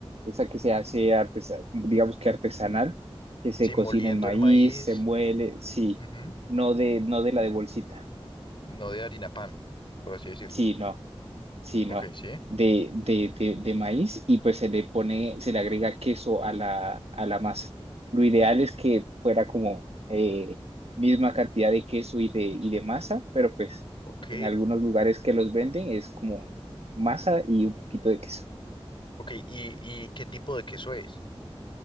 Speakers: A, on the right; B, on the left.
A: esa que se hace artesa- digamos que artesanal, que se
B: Sí,
A: cocina
B: moliendo
A: el maíz,
B: el maíz,
A: se muele, sí,
B: ujú,
A: no de no de la de bolsita.
B: No de harina pan, por así decirlo.
A: Sí, no. Sí, no,
B: Ok, sí.
A: de, de, de, de maíz y pues se le pone, se le agrega queso a la, a la masa. Lo ideal es que fuera como eh, misma cantidad de queso y de, y de masa, pero pues
B: Ok,
A: en algunos lugares que los venden es como masa y un poquito de queso.
B: ok. ¿Y, y qué tipo de queso es?